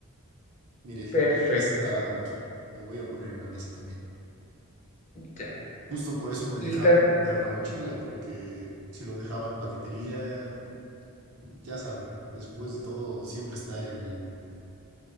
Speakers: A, on the right; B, on the left.
A: Mire,
B: Perfecto,
A: está aquí. La voy a poner en la mesa también.
B: ya.
A: Justo por eso me
B: Y
A: dejaron traer la mochila, porque si lo dejaba en paquetería, ya sabe, después de todo siempre está el,